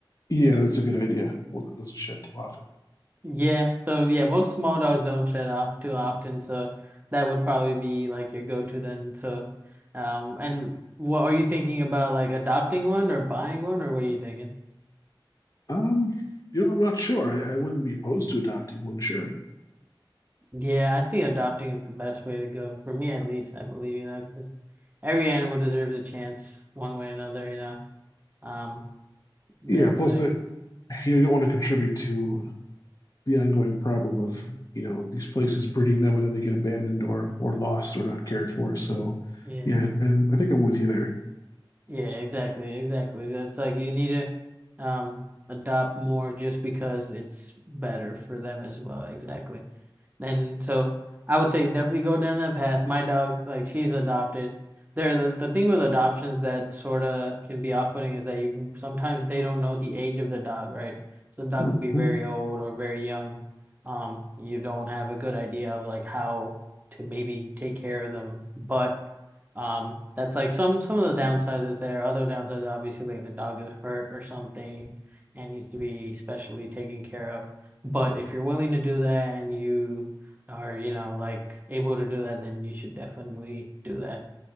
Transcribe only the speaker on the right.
Yeah, so yeah, most small dogs don't shed off too often, so that would probably be like your go-to then. So, um, and what are you thinking about like adopting one or buying one or what are you thinking?
Yeah, I think adopting is the best way to go for me at least, I believe, you know, because every animal deserves a chance one way or another, you know. Um, that's
like,
yeah,
yeah, exactly, exactly. That's like you need to, um, adopt more just because it's better for them as well. Exactly. And so I would say definitely go down that path. My dog, like she's adopted. There, the, the thing with adoptions that sort of can be off-putting is that you sometimes they don't know the age of the dog, right? So the dog
could be very
old or very young. Um, you don't have a good idea of like how to maybe take care of them. But um, that's like some some of the downsides is there. Other downsides, obviously, like the dog is hurt or something and needs to be specially taken care of. But if you're willing to do that and you or you know like able to do that, then you should definitely do that,